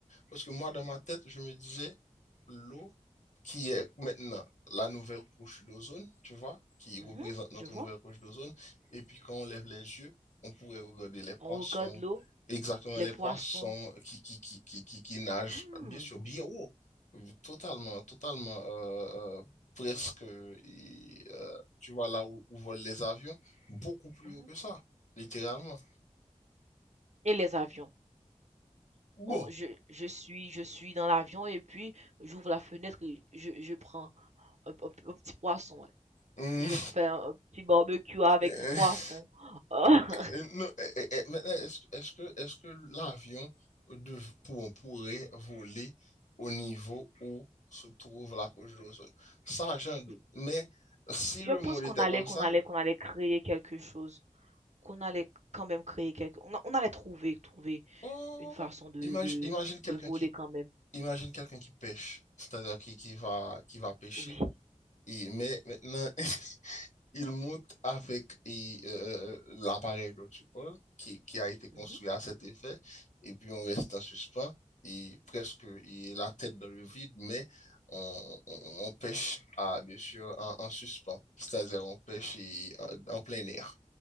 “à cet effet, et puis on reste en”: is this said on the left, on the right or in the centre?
Left